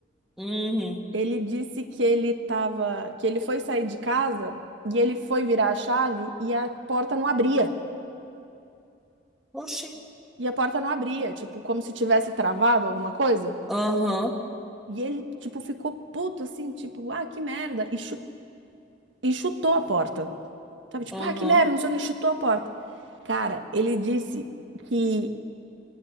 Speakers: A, in the centre; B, on the right (about 70°).
A: uhum.
B: Ele disse que ele tava, que ele foi sair de casa e ele foi virar a chave e a porta não abria.
A: Oxi.
B: E a porta não abria, tipo, como se tivesse travado alguma coisa.
A: Aham,
B: E ele, tipo, ficou puto, assim, tipo, ah, que merda. E, chu- e chutou a porta. Tava tipo,
A: aham,
B: ah, que merda, não sei o que, chutou a porta. Cara, ele disse que